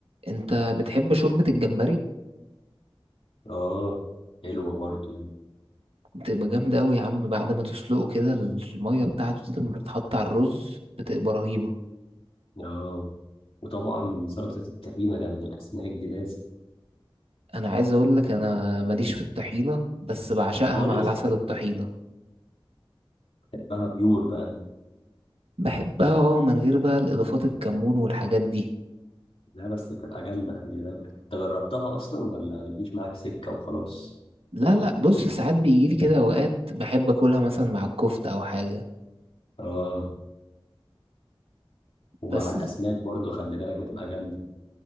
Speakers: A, on the right; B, on the left.
A: انت بتحب شوربة الجمبري
B: آه حلوة برضو دي.
A: بتبقى جامدة اوي يا عم بعد ما تسلقه كده المية بتاعته دي لما بتتحط على الرز بتبقى رهيبة
B: آه وطبعا سلطة التخينة جنب الأسماك دي لازم
A: انا عايز اقول لك انا ماليش في الطحينة بس بعشقها
B: خالص
A: مع العسل والطحينة
B: بحبها بيور بقى أنت
A: بحبها اه من غير بقى الاضافات الكمون والحاجات دي
B: لا بس بتبقى جامدة خلي بالك أنت جربتها أصلا ولا بتجيش معاك سكة وخلاص؟
A: لا لا بص ساعات بيجيلي كده اوقات بحب اكلها مثلا مع الكفتة او حاجة
B: اه ومع
A: بس
B: الاسماك برضو خلي بالك بتبقى جامده